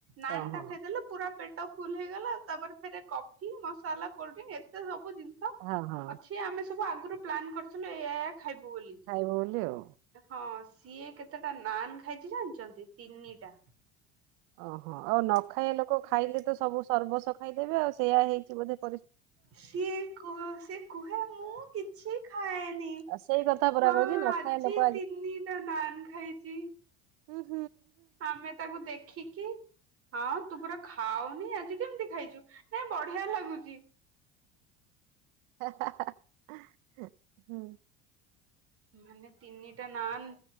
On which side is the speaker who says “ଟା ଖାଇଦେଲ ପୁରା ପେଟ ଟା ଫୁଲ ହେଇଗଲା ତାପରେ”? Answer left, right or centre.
Right